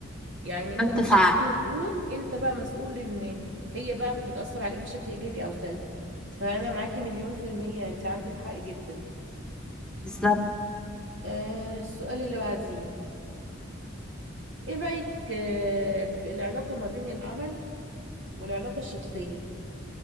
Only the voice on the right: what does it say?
يعني انت
كشخص
مسؤول انت بقى مسؤول ان هي بقى بتأثر عليك بشكل ايجابي او سلبي فانا معاكي مليون في المية انت عندك حق جدا
آه السؤال اللي بعديه ايه رأيك آه في العلاقة ما بين العمل والعلاقة الشخصية